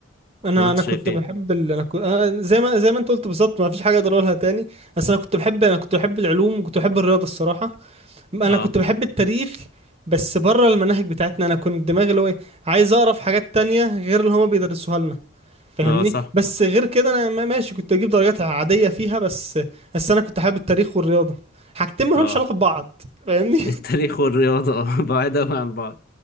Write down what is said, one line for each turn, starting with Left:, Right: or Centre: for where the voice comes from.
Right: انا
Left: ولا انت
Right: انا
Left: شايف
Right: كنت
Left: ايه
Right: بحب ال... انا كنت... زي ما زي ما انت قلت بالظبط ما فيش حاجه اقدر اقولها تاني بس انا كنت بحب انا كنت بحب العلوم وكنت بحب الرياضه الصراحه انا
Left: اه
Right: كنت بحب التاريخ بس بره المناهج بتاعتنا انا كنت دماغي اللي هو إيه، عايز اقرا في حاجات تانية غير اللي هما بيدرسوها لنا فاهمني
Left: اه صح
Right: بس غير كده انا ما- ماشي كنت اجيب درجات عاديه فيها بس بس انا كنت حابب التاريخ والرياضه حاجتين ما
Left: اه
Right: لهمش علاقه ببعض فاهمني
Left: <laughs> التاريخ والرياضة اه <laughs> بعاد قوي عن بعض